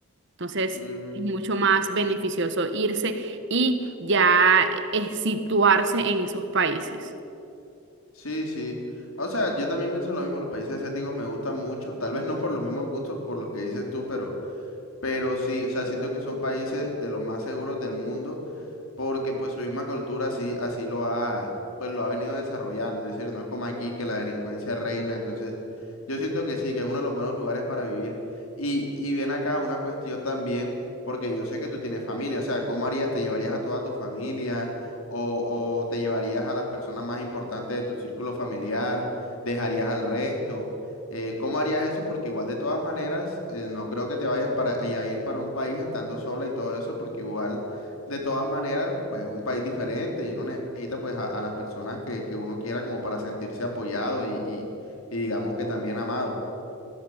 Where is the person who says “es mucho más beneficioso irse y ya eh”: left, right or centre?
Right